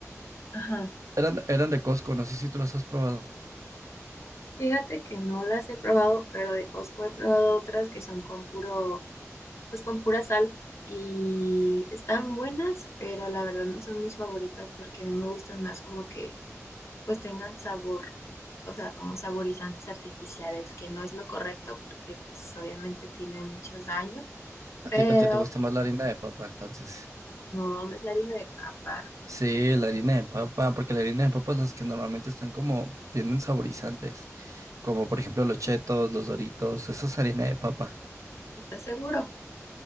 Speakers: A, on the left; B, on the right.
A: Ajá.
B: Eran, eran de Costco, no sé si tú las has probado.
A: Fíjate que no las he probado, pero de Costco he probado otras que son con puro, pues con pura sal y están buenas, pero la verdad no son mis favoritas porque a mí me gustan más como que pues tengan sabor, o sea, como saborizantes artificiales, que no es lo correcto porque pues obviamente tienen muchos daños, pero
B: A ti, a ti te gusta más la harina de papa, entonces.
A: no, no es la harina de papa,
B: Sí, la harina de papa, porque la harina de papa es las que normalmente están como, tienen saborizantes, como por ejemplo los chetos, los doritos, eso es harina de papa.
A: ¿estás seguro?